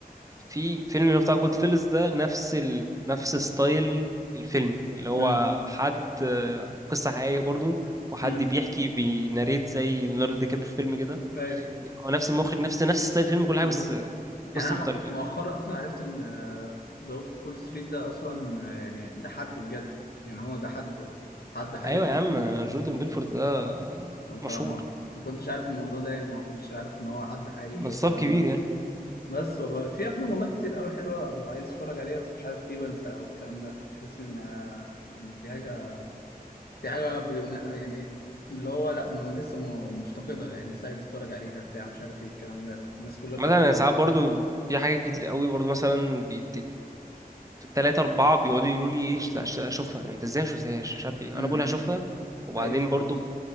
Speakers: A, on the right; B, on the left.
A: في فيلم اللي هو بتاع جود فيلز ده نفس ال... نفس ستايل الفيلم اللي هو
B: امم
A: حد آه، قصة حقيقية برضو وحد
B: امم
A: بيحكي بيناريت زي ليوناردو دي كابريو في فيلم كده
B: ايوه
A: هو نفس المخرج نفس نفس ستايل الفيلم كل
B: بالظبط
A: حاجة بس آه،
B: يعني
A: قصة
B: انا
A: مختلفة
B: م- مؤخرا
A: يعني
B: اصلا عرفت ان ذا وولف فول ستريت ده اصلا آه، يعني ده حد بجد يعني هو ده حد حد حقيقي
A: ايوه يا عم آه، جوردن بيلفورد ده آه، مشهور
B: فما ما كنتش عارف الموضوع ده يعني ما كنتش عارف ان هو حد حقيقي
A: نصاب
B: والكلام
A: كبير
B: ده
A: يعني
B: بس والله في افلام والله كتير قوي حلوه ببقى عايز اتفرج عليها بس مش عارف ليه بنسى والكلام ده بحس ان آه، إن في حاجه في حاجه ب- يعني اللي هو لا ما لسه م- مفتقدة يعني لسه عايز اتفرج عليها بتاع مش عارف ايه الكلام ده الناس كلها
A: مثلا
B: بتبقى اتفرجت
A: أنا ساعات برضو في حاجات كتير قوي برضو مثلا بيت... تلاتة أربعة بيقعدوا يقولوا لي إيه لا ش- لا أشوفها أنت إزاي مشفتهاش مش عارف إيه
B: امم
A: أنا بقول هشوفها وبعدين
B: ايوه
A: برضو